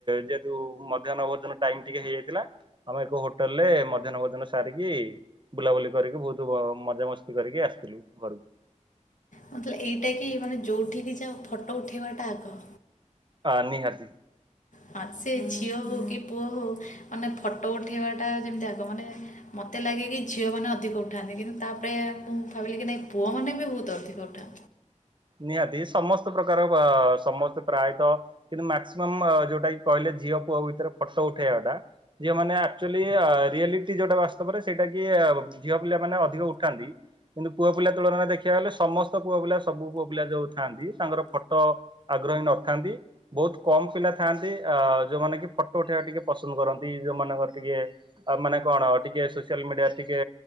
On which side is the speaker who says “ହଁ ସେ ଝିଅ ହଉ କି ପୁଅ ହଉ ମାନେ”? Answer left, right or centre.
Left